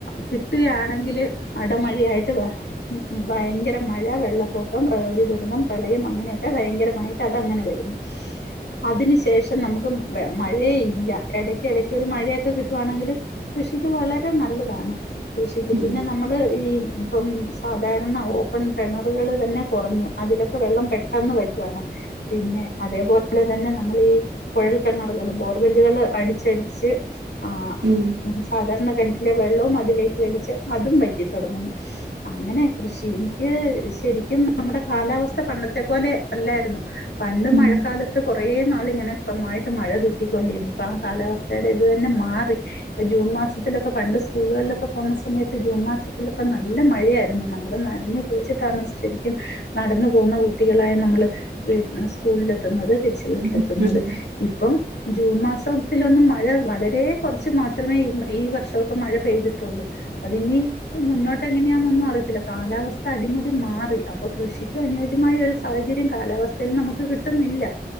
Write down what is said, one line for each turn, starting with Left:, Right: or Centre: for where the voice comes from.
Left: കിട്ടുകയാണെങ്കില് അവടെ മഴയായി് ഭയങ്കര മഴ വെള്ളപ്പൊക്കം പ്രകൃതി ദുരന്തം പ്രളയം അങ്ങനെയൊക്കെ ഭയങ്കരമായിട്ട് അതങ്ങനെ വരുന്നു അതിന് ശേഷം നമുക്ക് മഴ ഇല്ല ഇടക്ക് ഇടക്ക് ഒരു മഴയൊക്കെ കിട്ടുവാണെങ്കില് കൃഷിക്ക് വളരെ നല്ലതാണ് കൃഷിക്ക്
Right: ഉം
Left: പിന്നെ നമ്മള് ഈ പ്പം സാധാരണ ഓപ്പൺ കിണറുകൾ തന്നെ കൊറഞ്ഞു അതിലൊക്കെ വെള്ളം പെട്ടെന്ന് വറ്റുവാണ് പിന്നെ അതേപോലെ തന്നെ നമ്മള് ഈ കുഴൽ കിണറുകള് ബോർവല്ലുകള് അടിച്ചടിച്ച് ആ
Right: ഉം
Left: സാധാരണ കിണറ്റിലെ വെള്ളവും അതിലേക്ക് വലിച്ച് അതും വറ്റിത്തൊടങ്ങുന്നു അങ്ങനെ കൃഷി എനിക്ക് ശരിക്കും നമ്മുടെ കാലാവസ്ഥ പണ്ടത്തെ പോലെ അല്ലായിരുന്നു പണ്ട്
Right: ഉം
Left: മഴക്കാല ത്ത് കുറേ നാളിങ്ങനെ ക്രമായിട്ട് മഴ കിട്ടിക്കൊണ്ടിരുന്നു ഇപ്പ ആ കാലാവസ്ഥയുടെ ഇതു തന്നെ മാറി ഇപ്പൊ ജൂൺ മാസത്തിലൊക്കെ പണ്ട് സ്കൂളുകളിലൊക്കെ പോകുന്ന സമയത്ത് ജൂൺ മാസത്തില് ഇപ്പ നല്ല മഴയായിരുന്നു നമ്മള് നനഞ് കുളിച്ചിട്ടാണ് ശരിക്കും നടന്നു പോകുന്ന കുട്ടികളായ നമ്മള് വീ സ്കൂളിൽ എത്തുന്നത് തിരിച്ച് വീട്ടിലെത്തുന്നത്
Right: ഉം ഉം
Left: ഇപ്പം ജൂൺ മാസത്തിലൊന്നും മഴ വളരെ കുറച്ച് മാത്രമേ ഇന്ന് ഈ വർഷവൊക്കെ മഴ പെയ്തിട്ടൊള്ളൂ അതിനി മുന്നോട്ട് എങ്ങനെയാന്നൊന്നും അറിയത്തില്ല കാലാവസ്ഥ അടിമുടി മാറി അപ്പൊ കൃഷിക്കും അനുയോജ്യമായ ഒരു സാഹചര്യം കാലാവസ്ഥയിൽ നമുക്ക് കിട്ടുന്നില്ല